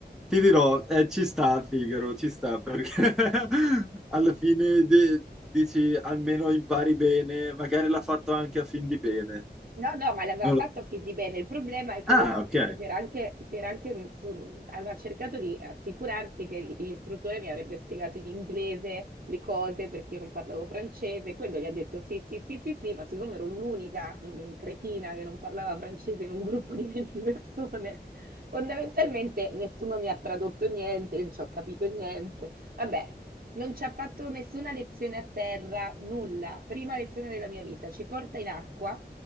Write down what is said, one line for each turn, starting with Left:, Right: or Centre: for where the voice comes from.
Centre: ti dirò, eh, ci sta Figaro, ci sta perché <laughs> alla fine de- dici almeno impari bene, magari l'ha fatto anche a fin di bene.
Right: No, no, ma l'aveva
Centre: Non
Right: fatto
Centre: lo-
Right: fin di bene. Il problema è che
Centre: Ah,
Right: lui ovviamente
Centre: ok.
Right: si era anche, si era anche, mm, su- aveva cercato di assicurarsi che l- l'istruttore mi avrebbe spiegato in inglese le cose perché io non parlavo francese. Quello gli ha detto sì, sì, sì, sì, sì, ma siccome ero l'unica mm, mm, cretina che non parlava francese in un gruppo di 20 persone, fondamentalmente nessuno mi ha tradotto niente, io non ci ho capito niente. Vabbè. Non ci ha fatto nessuna lezione a terra, nulla. Prima lezione della mia vita. Ci porta in acqua